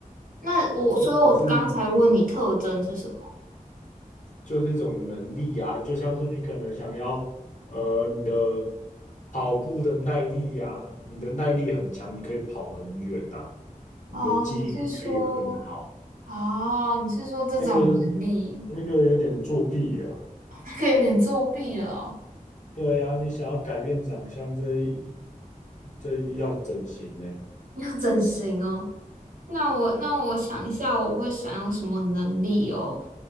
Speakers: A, on the right (about 75°); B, on the left (about 60°).
A: 那我，
B: 这不是人，
A: 所以我刚才问你特征是什么？
B: 就是一种能力呀、就像是你可能想要，呃，你的跑步的耐力呀、你的耐力很强，你可以跑很远呐。你的记忆力可以很好。
A: 哦，你是说，哦，你是说这种能力，
B: 那个那个有点作弊了。
A: <laughs> 那个有点作弊了哦
B: 对呀、你想要改变长相，这一这一要整形呢？
A: <laughs>。要整形哦。那我那我想一下，我会想要什么能力哦？